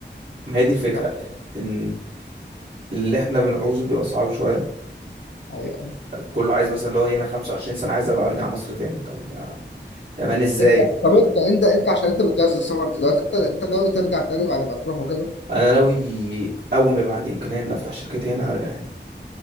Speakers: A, on the right (about 60°); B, on the left (about 75°).
A: ما هي دي الفكرة
B: يعني
A: ان اللي احنا بنعوزه بيبقى صعب شوية
B: يعني
A: كله عايز مثلا اللي هو إيه، انا 25 سنة عايز ابقى ارجع مصر تاني طب يا يا مان ازاي
B: انت <laughs> طب انت انت انت عشان انت بتجهز للسفر دلوقتي انت انت ناوي ترجع تاني بعد ما تروح وكده
A: انا ناوي اول ما يبقى عندي امكانيه ان افتح شركتي هنا هرجع هنا